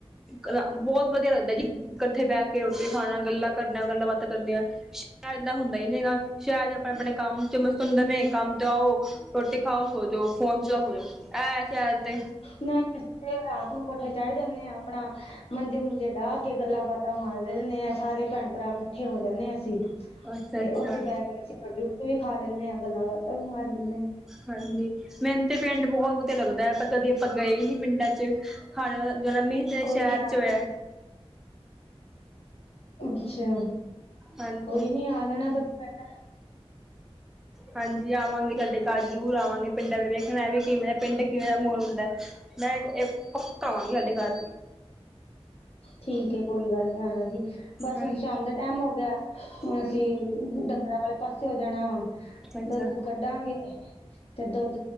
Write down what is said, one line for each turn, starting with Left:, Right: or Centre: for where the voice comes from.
Centre: ਬਹੁਤ ਵਧੀਆ ਲੱਗਦਾ ਜੀ ਇਕੱਠੇ ਬਹਿ ਕੇ ਰੋਟੀ ਖਾਣਾ ਗੱਲਾਂ ਕਰਨੀਆਂ ਗੱਲਾਂ ਬਾਤ ਕਰਨੀਆਂ ਸ਼ਹਿਰ ਦਾ ਹੁੰਦਾ ਹੀ ਨਹੀ ਸ਼ਹਿਰ ਆਪਣੇ ਕੰਮ ਚ ਮਸਤ ਹੁੰਦੇ ਨੇ ਕੰਮ ਤੋਂ ਆਓ ਰੋਟੀ ਖਾਓ ਸੋਜੋ ਫੋਨ ਚ ਖੋਜੋ ਐ ਸ਼ਿਆਲ ਤੇ
Left: ਨਹੀਂ ਅਸੀ ਰਾਤ ਨੂੰ ਕੋਠੇ ਚੜ ਜਾਣੇ ਹਾਂ ਆਪਣਾ ਮੰਜੇ ਮੁਜੇ ਡਾਹ ਕੇ ਗੱਲਾਂ ਬਾਤਾਂ ਮਾਰਦੇ ਰਹਿੰਦੇ ਆਾਂ ਸਾਰੇ ਭੈਣ ਭਰਾ ਇਕੱਠੇ ਹੋ ਜਾਂਦੇ ਹਾਂ ਅਸੀਂ
Centre: ਅੱਛਾ
Left: ਤੇ
Centre: ਅੱਛਾ
Left: ਉੱਥੇ ਬਹਿ ਕੇ ਅਸੀਂ ਗੱਡੀ ਵੀ ਖਾ ਲੈਂਦੇ ਹਾਂ ਗੱਲਾਂ ਬਾਤਾਂ ਵੀ ਮਾਰ ਲੈਂਦੇ ਹਾਂ
Centre: ਹਾਂਜੀ ਮੈਨੂੰ ਤੇ ਪਿੰਡ ਬਹੁਤ ਵਧੀਆ ਲੱਗਦਾ ਹੈ ਪਰ ਕਦੇ ਆਪਾਂ ਗਏ ਹੀ ਨੀ ਪਿੰਡਾਂ ਚ ਹਾੜਾ ਤੇ ਜਨਮ ਵੀ
Left: ਕੋਈ
Centre: ਸ਼ਹਿਰ
Left: ਨੀ ਆ
Centre: ਚ
Left: ਜਾਣਾ
Centre: ਹੋਇਆ
Left: ਅੱਛਾ
Centre: ਹਾਂਜੀ
Left: ਕੋਈ ਨੀ ਆ ਜਾਣਾ। ਪਿੰਡ
Centre: ਹਾਂਜੀ ਆਵਾਂਗੇ ਤੁਹਾਡੇ ਘਰ ਜ਼ਰੂਰ ਆਵਾਂਗੇ ਪਿੰਡਾਂ ਨੇ ਵੇਖਣਾ ਵੀ ਕਿਵੇਂ ਪਿੰਡ ਕਿਵੇਂ ਦਾ ਮਾਹੌਲ ਹੁੰਦਾ ਮੈਂ ਪੱਕਾ ਆਵਾਂਗੀ ਤੁਹਾਡੇ ਘਰ।
Left: ਠੀਕ ਕੋਈ ਗੱਲ ਨੀ ਆਉਣਾ ਜੀ ਬਸ
Centre: ਹਾਂਜੀ
Left: ਹੁਣ ਸ਼ਾਮ ਦਾ ਟੈਮ ਹੋ ਗਿਆ ਹੁਣ
Centre: ਹਾਂਜੀ
Left: ਅਸੀਂ ਡੰਗਰਾਂ ਵਾਲੇ ਪਾਸੇ ਹੋ ਜਾਣਾ ਵਾ
Centre: ਅੱਛਾ ਅੱਛਾ
Left: ਦੁਧ, ਦੁੱਧ ਕੱਢਾਂਗੇ। ਤੇ ਦੁੱਧ